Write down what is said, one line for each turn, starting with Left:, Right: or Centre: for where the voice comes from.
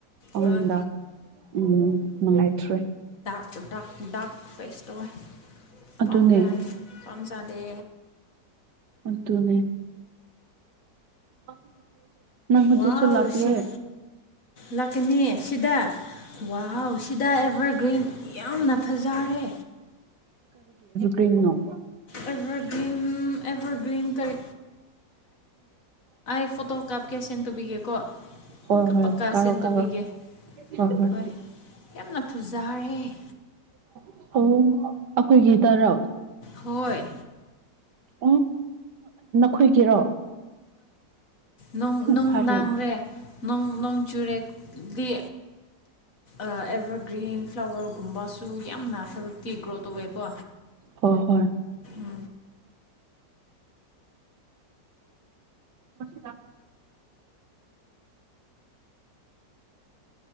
Right: ꯑꯗ
Left: ꯍꯣꯏ
Right: ꯎꯝ ꯃꯉꯥꯏꯇ꯭ꯔꯔꯤ
Left: ꯆꯗꯥ ꯥꯛ ꯐꯦꯁꯇ
Right: ꯑꯗꯨꯅꯦ
Left: ꯄꯝꯗ ꯄꯝꯖꯗꯦ
Right: ꯇꯅꯦ ꯑ ꯅꯪ ꯍꯧꯖꯤꯦ
Left: ꯋꯥꯎ
Right: ꯆꯣꯜꯈ꯭ꯔꯦ
Left: ꯁꯤ ꯂꯥꯛꯀꯅꯤ ꯁꯤꯗ ꯋꯥꯍꯥꯎꯁꯤꯗ ꯑꯦꯚꯔꯒ꯭ꯔꯤꯟ ꯌꯥꯝꯅ ꯐꯖꯔꯦ
Right: ꯄꯅꯣ
Left: ꯑꯦꯚꯔꯒ꯭ꯔꯤꯝ ꯑꯦꯚꯔ ꯭ꯔꯤꯟ ꯇꯥꯏ ꯐꯣꯇꯣ ꯀꯥꯞꯀꯦ ꯁꯦꯟ ꯇꯧꯕꯤꯒꯦꯀꯣ
Right: ꯍ
Left: ꯀꯞꯄꯀꯥ
Right: ꯍꯣꯏ ꯀꯥꯣ
Left: ꯁꯦꯟ ꯇꯧꯕꯤꯒꯦ
Right: ꯀꯥꯣ ꯍ ꯍ
Left: ꯍꯣꯏ ꯌꯥꯝꯅ ꯐꯖꯔꯦ
Right: ꯑ ꯑꯩꯈꯣꯏꯒꯤ ꯇꯔꯥ
Left: ꯍꯣꯏ
Right: ꯎ ꯈꯣꯏꯒꯤꯔꯣ
Left: ꯅꯨꯡ ꯅꯨꯡꯗꯥꯥꯡ
Right: ꯐꯔꯦ
Left: ꯔꯦ ꯣꯡ ꯅꯣꯡ ꯆꯨꯔꯦꯗꯤ ꯑꯦꯕꯔ ꯒ꯭ꯔꯤꯟ ꯐ꯭ꯂꯥꯋꯔꯒꯨꯝꯕꯁꯨ ꯌꯥꯝꯅ ꯍꯦꯜꯗꯤꯤ ꯒ꯭ꯔꯣ ꯇꯧꯋꯦꯀꯣ
Right: ꯍꯣꯏ ꯍꯣꯏ
Left: ꯎ
Right: ꯃꯁꯗ